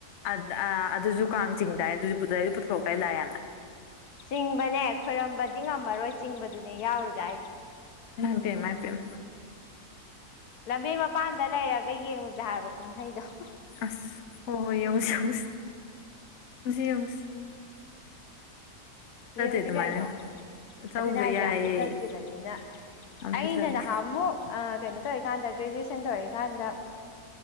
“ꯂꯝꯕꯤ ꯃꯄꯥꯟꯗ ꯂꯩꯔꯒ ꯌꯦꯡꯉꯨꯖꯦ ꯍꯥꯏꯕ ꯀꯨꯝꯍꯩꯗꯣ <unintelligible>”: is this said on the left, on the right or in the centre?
Left